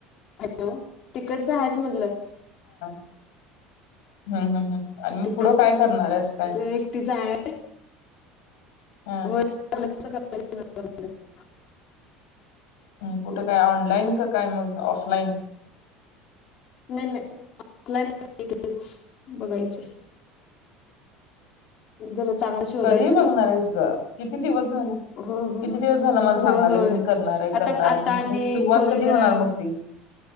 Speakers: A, on the left; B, on the left.
A: हॅलो. तिकडच आहेत म्हटलं.
B: हम् हम् हम्. आणि म
A: तिकड
B: पुढं काय करणार आहेस काय?
A: एकटीच आहे
B: हा...
A: होय. <unintelligible>
B: हम्म.. कुठं काय ऑनलाईन का काय मग ऑफलाईन.
A: नाही नाही ऑलाच बघायचं. जरा चांगलं शोधायचं
B: कधी बघणार आहेस ग किती दिवस झालं,
A: हो हो
B: किती दिवस झालं मला सांगालेस
A: हो होय
B: मी करणार आहे
A: आता
B: करणार
A: आता
B: आहे मग खरं
A: आणि
B: सुरुवात
A: खोली
B: कधी
A: जरा
B: होणार मग ती.